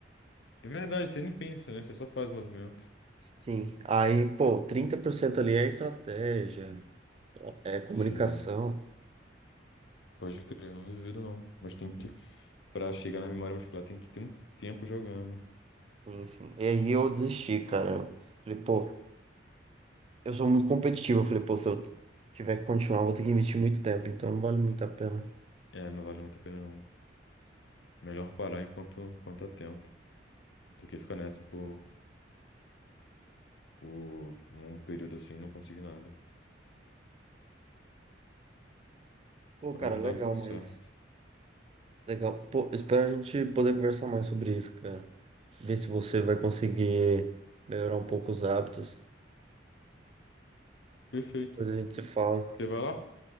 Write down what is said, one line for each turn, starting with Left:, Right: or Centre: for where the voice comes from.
Left: É verdade, você nem pensa, né? Você só faz o movimento.
Right: Sim. Aí, pô, 30% ali é estratégia, é comunicação,
Left: Sim, pode crer, não duvido não. Mas tem que Pra chegar na memória muscular tem que ter um tempo jogando.
Right: enfim. E aí eu desisti, cara. Eu Falei, pô, eu sou muito competitivo. Eu falei, pô, se eu tiver que continuar, eu vou ter que investir muito tempo, então não vale muito a pena.
Left: É, não vale muito a pena não. Melhor parar enquanto, enquanto há tempo do que ficar nessa por, por um longo período assim e não conseguir nada.
Right: Pô, cara,
Left: Mas no
Right: legal,
Left: final dá tudo
Right: mas.
Left: certo.
Right: Legal. Pô, espero a gente poder conversar mais sobre isso, cara. Ver se você vai conseguir melhorar um pouco os hábitos.
Left: Perfeito.
Right: Depois a gente se fala.
Left: Você vai lá?